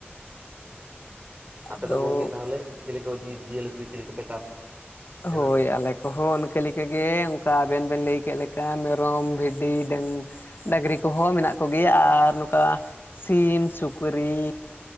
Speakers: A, on the right; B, on the left.
A: ᱟᱯᱮ
B: ᱟᱫᱚ
A: ᱫᱚ ᱜᱚᱝᱠᱮ ᱛᱟᱦᱚᱞᱮ ᱪᱮᱞᱮ ᱠᱚ ᱡᱤᱵᱽ-ᱡᱤᱭᱟᱹᱞᱤ ᱠᱚ ᱜᱮ ᱪᱤᱞᱤ ᱠᱚ ᱯᱮ ᱪᱟᱥ ᱛᱟᱦᱮᱱᱟ?
B: ᱦᱳᱭ ᱟᱞᱮ᱾ ᱠᱚᱦᱚᱸ ᱤᱱᱠᱟᱹ ᱞᱮᱠᱟ ᱜᱮ ᱚᱝᱠᱟ ᱟᱵᱮᱱ ᱵᱮᱱ ᱞᱟᱹᱭ ᱠᱮᱜ ᱞᱮᱠᱟ ᱢᱮᱨᱚᱢ ᱵᱷᱤᱰᱤ ᱰᱟᱹᱝ ᱰᱟᱜᱨᱤ ᱠᱚ ᱦᱚᱸ ᱢᱮᱱᱟᱜ ᱠᱚ ᱜᱮᱭᱟ ᱟᱨ ᱱᱚᱠᱟ ᱥᱤᱢ, ᱥᱩᱠᱨᱤ